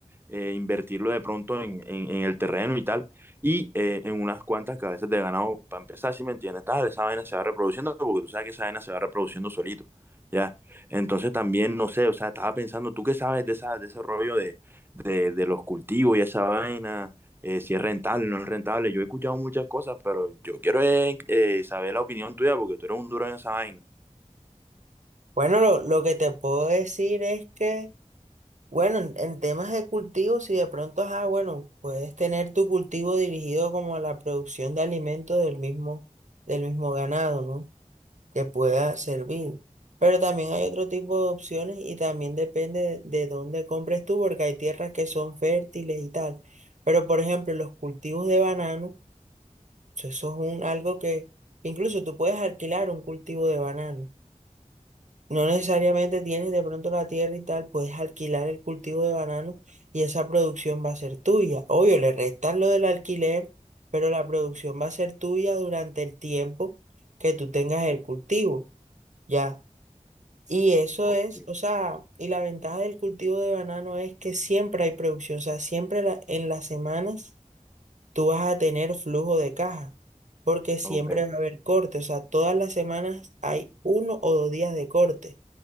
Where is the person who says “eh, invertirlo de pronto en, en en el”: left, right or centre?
Right